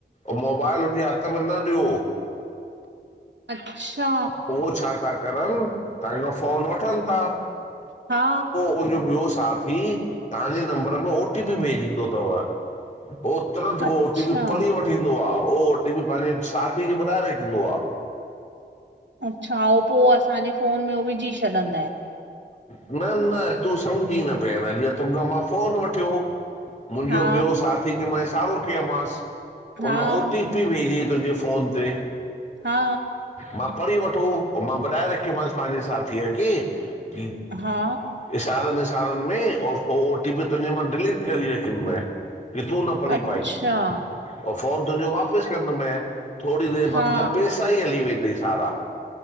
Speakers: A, on the left (about 40°); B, on the right (about 85°).
A: मोबाइल हुनजे हथ में न ॾियो।
B: अच्छा
A: उहो छा था करन ताहांजो फोन वठन ता
B: हा।
A: हुनजो ॿियो साथी ताहांजे नंबर में ओ टी पी भेजींदो तव। पोइ तुरंत हो
B: अच्छा
A: ओ टी पी पढ़ी वठीईंदो आ। हो ओ टी पी पांजे साथी खे ॿुधाए रखींदो आ।
B: अच्छा ऐं पो असांजे फोन में उहो विझी छॾंदा आहिनि।
A: न न तूं समझी न भेण, जीयं तोखा मां फोन वठयो मुंजो
B: हा
A: ॿियो साथी खे मां इसारो कयोमांस,
B: हा
A: हुन ओ टी पी भेजेईं तुंजे फोन ते।
B: हा।
A: मां पढ़ी वठो, मां ॿुधाए रख्योमांस पांजे साथीअ खे कि
B: हा।
A: इसारन इसारन में और हो ओ टी पी तुंजे मां डिलीट करी रखींदो मांए कि तूं न पढ़ी
B: अच्छा
A: पाई। पो फोन तुंजो वापस कंदोमाएं। थोड़ी देर बाद
B: हा
A: तुंजा पैसा ई हली वेंदई सारा।